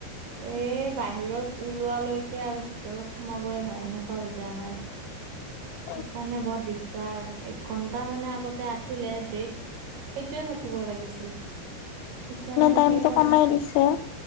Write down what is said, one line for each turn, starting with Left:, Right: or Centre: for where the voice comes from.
Right: এ বাহিৰত ওলোৱালৈকে আৰু ভিতৰত সোমাবই হয়, এনেকুৱা হৈ যায় আমাৰ।
Left: <inaudible>
Right: সেইকাৰণে বৰ দিগদাৰ, একঘন্টা মানে আগতে আছিলে ব্ৰেক। সেইটোয়ে থাকিব লাগিছিল, এতিয়া মানে
Left: টাইমটো
Right: সেই কৰা
Left: কমাই দিছে।